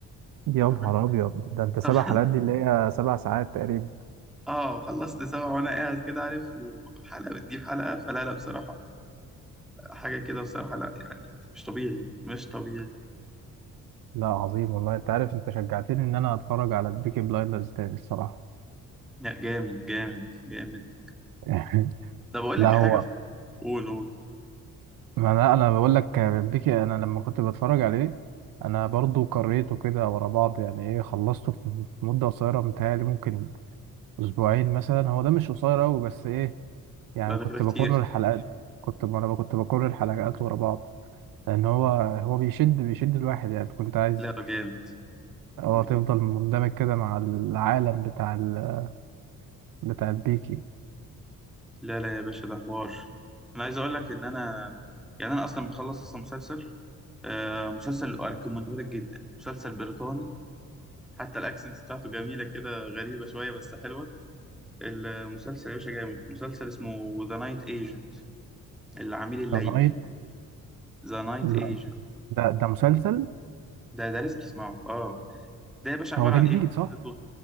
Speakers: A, on the right; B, in the centre.
A: يا
B: انت
A: نهار
B: فاهم
A: ابيض ده
B: <laughs>
A: انت سبع
B: خلصت
A: حلقات دي اللي هي سبع ساعات تقريبا
B: اه خلصت سبع وانا قاعد كده عارف وحلقة بتجيب حلقة فلا لا بصراحة حاجة كده بصراحة لا يعني مش طبيعي مش طبيعي
A: لا عظيم والله انت عارف انت شجعتني ان انا اتفرج على بيكي بلايندرز تاني الصراحه
B: لا جامد جامد جامد
A: <laughs>
B: ده بقول
A: لا
B: لك
A: هو
B: حاجة قول قول
A: ما انا انا بقول لك بيكي انا لما كنت بتفرج عليه انا برضو قريته كده ورا بعض يعني ايه خلصته في في مده قصيره متهيألي ممكن اسبوعين مثلا هو ده مش قصير قوي بس ايه يعني
B: لا ده
A: كنت
B: كده كتير
A: بكرر الحلقات كنت انا كنت بكرر الحلقات ورا بعض لان هو هو بيشد بيشد الواحد يعني كنت عايز
B: لا جامد
A: اه
B: جامد.
A: تفضل مندمج كده مع العالم بتاع ال... بتاع البيكي
B: لا لا يا باشا ده حوار انا عايز اقول لك ان انا يعني انا اصلا مخلص اصلا مسلسل آه مسلسل اريكومندهولك جدا مسلسل بريطاني حتى الاكسنت بتاعته جميله كده غريبه شويه بس حلوه المسلسل يا باشا جامد مسلسل اسمه ذا نايت ايجنت العميل الليلي
A: نايت
B: ذا نايت
A: لا
B: ايجنت
A: ده ده مسلسل
B: ده ده لازم تسمعه اه ده يا باشا عباره
A: هو ده
B: عن
A: جديد
B: ايه قصته
A: صح